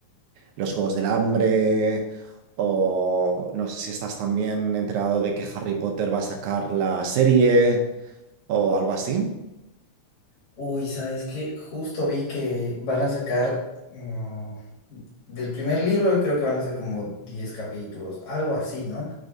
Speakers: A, on the right (about 80°); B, on the left (about 65°).
A: Los Juegos del Hambre? O no sé si estás también enterado de que Harry Potter va a sacar la serie o algo así.
B: Uy, ¿sabes qué? Justo vi que van a sacar mm, del primer libro, creo que van a ser como 10 capítulos, algo así, ¿no?